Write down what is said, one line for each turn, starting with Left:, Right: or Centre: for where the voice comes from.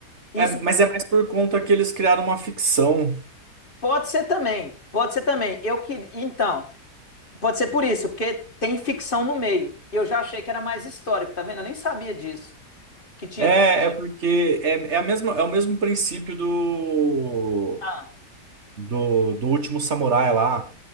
Left: Isso
Right: É, mas é mais por conta que eles criaram uma ficção.
Left: pode ser também, pode ser também. Eu que, então, pode ser por isso, porque tem ficção no meio. Eu já achei que era mais histórico, tá vendo? Eu nem sabia disso, que tinha
Right: É,
Left: ficção.
Right: é porque é, é a mesma, é o mesmo princípio do,
Left: Ah,
Right: do, do último samurai lá.